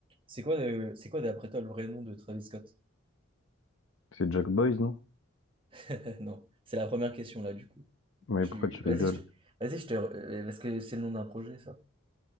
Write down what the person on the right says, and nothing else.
C'est quoi, le- c'est quoi d'après toi le vrai nom de Travis Scott?
<laughs> Non, c'est la première question là du coup.
Tu...
Vas-y, je te... Vas-y, je te... euh, Parce que c'est le nom d'un projet ça.